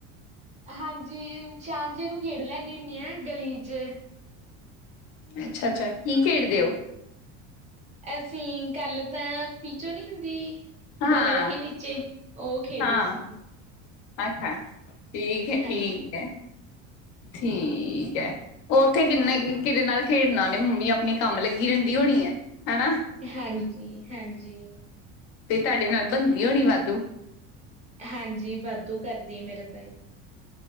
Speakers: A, on the right; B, on the left.
A: ਹਾਂਜੀ ਸ਼ਾਮ ਜੇ ਇਹਨੂੰ ਖੇਡ ਲੈਂਨੀ ਹੁੰਨੀ ਆ ਗਲੀ ਚ
B: ਅੱਛਾ ਅੱਛਾ ਕੀ ਖੇਡਦੇ ਹੋ
A: ਅਸੀਂ ਕਲ ਤਾਂ ਪੀਚੋਂ ਨੀ ਹੁੰਦੀ
B: ਹਾਂ
A: ਬਗਲ ਕੇ ਨੀਚੇ, ਉਹ ਖੇਡੇ
B: ਹਾਂ
A: ਸੀ
B: ਅੱਛਾ ਠੀਕ ਹੈ
A: ਹਾਂਜੀ,
B: ਠੀਕ ਹੈ ਠੀਕ ਹੈ ਉੱਥੇ ਕਿੰਨੇ ਕਿਧੇ ਨਾਲ ਖੇਡਣਾ ਨੀ, ਮੰਮੀ ਆਪਣੇ ਕੰਮ ਲੱਗੀ ਰਹਿੰਦੀ ਹੋਣੀ ਹੈ ਹੈਨਾ
A: ਹਾਂਜੀ ਹਾਂਜੀ
B: ਤੇ ਤੁਹਾਡੇ ਨਾਲ ਬਣਦੀ ਹੋਣੀ ਵਾਧੂ
A: ਹਾਂਜੀ ਵਾਧੂ ਕਰਦੀ ਹੈ, ਮੇਰੇ ਤਾਈ